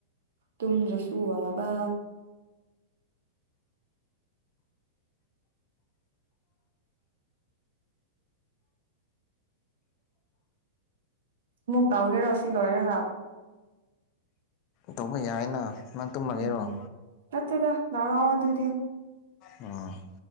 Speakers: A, on the right; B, on the left.
A: ꯇꯨꯝꯗ꯭ꯔꯁꯨꯨ ꯋꯥꯕ ꯑꯃꯨꯛ ꯇꯧꯔꯤꯔꯣ ꯁꯤ ꯂꯣꯏꯔꯒ
B: ꯇꯧꯕ ꯌꯥꯏꯅ ꯅꯪ ꯇꯨꯝꯃꯒꯦꯔꯣ
A: ꯎꯝ ꯅꯠꯇꯦꯗ ꯅꯅꯥꯎ ꯑꯗꯨꯗꯤ
B: ꯑ